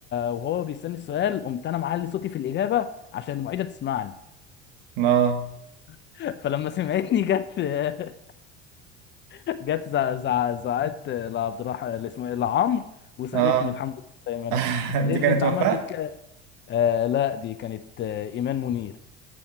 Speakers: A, on the left (about 35°); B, on the right (about 60°).
A: وهو بيستني السؤال قمت انا معلي صوتي في الاجابه عشان المعيده تسمعني
B: آه
A: <laughs> فلما سمعتني جت <laughs> جت زع- زع- زعقت لعبد الرحمن اللي اسمه ايه لعمرو وسابتني
B: آه
A: الحمد لله زي ما انا
B: <laughs>
A: قالت
B: دي كانت
A: لي انت
B: وفاء؟
A: عملت الك... آه لا دي كانت آه ايمان منير